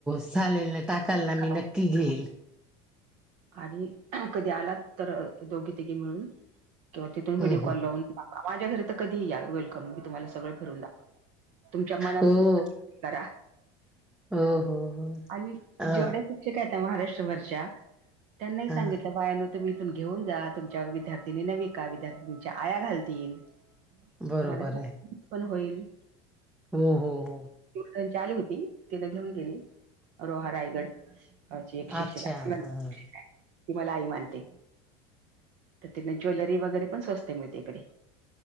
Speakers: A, in the centre; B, on the right.
A: चालेल ना टाकाल ना
B: गाव.
A: मी नक्की घेईल
B: आणि कधी आलात तर दोघी तघे मिळून किंवा तिथून व्हिडिओ
A: हं,
B: कॉल
A: हं.
B: लावून माझ्या घरी तर कधी या वेलकम मी तुम्हाला सगळं फिरून दाखव तुमच्या मनाने
A: हो
B: करा
A: हो हो हो
B: आणि
A: अ
B: जेवढ्या शिक्षक आहेत महाराष्ट्रभरच्या त्यांना सांगितलं
A: हा
B: बायान तुम्ही इथून घेऊन जा तुमच्यावर विद्यार्थिनी नवी का विद्यार्थिंच्या आया घालतील
A: बरोबर
B: तुम्हाला पण होईल
A: हम हम
B: त्यांची आली होती तिथ घेऊन गेली रोहा रायगड अच्छा एक शिक्षिका
A: अच्छा.
B: शिक्षिका
A: हां. हां.
B: ती मला आई मानते तर तिन ज्वेलरी वगैरे पण स्वस्ते मिळते इकडे